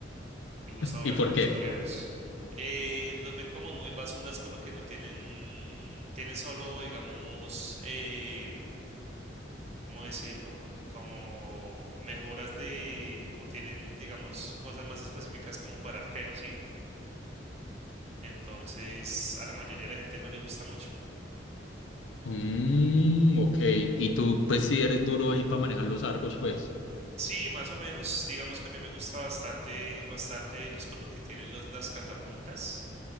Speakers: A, on the right (about 35°); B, on the left (about 85°).
A: le gusta jugar
B: ¿y por
A: con
B: qué?
A: los coreanos. Eh, los ven como muy basuras por lo que no tienen, tienen solo, digamos, eh, ¿cómo decirlo? Como mejoras de, o tienen, digamos, cosas más específicas como para arqueros, ¿sí? Entonces, a la mayoría de la gente no le gusta mucho.
B: Mm, ok, y tú pues si eres duro ahí para manejar los arcos, pues.
A: Sí, más o menos, digamos que a mí me gusta bastante, bastante ellos por lo que tienen los- las catapultas.